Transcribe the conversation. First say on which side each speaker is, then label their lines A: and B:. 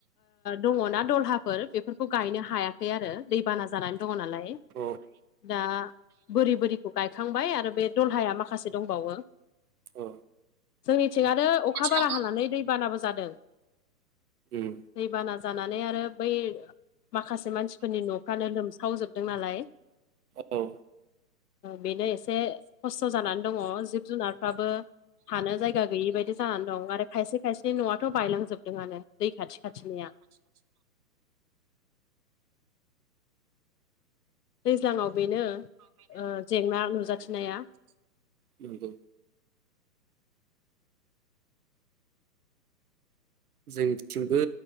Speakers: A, on the left; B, on the right.
A: दङना‌ दलहाफोर बेफोरखौ गायनो हाया खै आरो दैबाना जानानै दङ नालाय
B: अ
A: दा बुरि बोरिखौ गायखांबाय आरो बे दलहाया माखासे दंबावो
B: औ उम औ
A: जोंनिथिंनो अखा बारा
B: नंगौ
A: हानानै दै बानाबो जादों
B: उम
A: दैबाना जानानै आरो बै माखासे मानसिफोरनि न'फ्रानो लोमसावजोबदों नालाय
B: औ
A: बेनो एसे खस्थ' जानानै दङ जिब जुनारफ्राबो हानो जायगा गैयि बायदि जानानै दं आरो खायसे खायसे न'आथ' बायलांजोबदोंआनो दै खाथि खाथिनिया दैज्लाङाव बेनो जेंना नुजाथिनाया
B: नंगौ जोंथिंबो